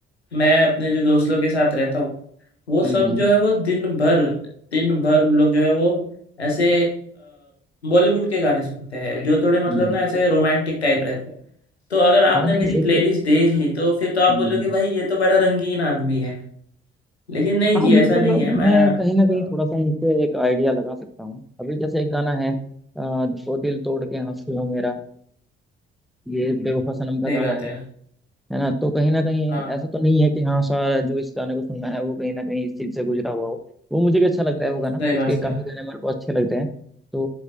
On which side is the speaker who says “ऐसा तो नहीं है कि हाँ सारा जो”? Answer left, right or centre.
Centre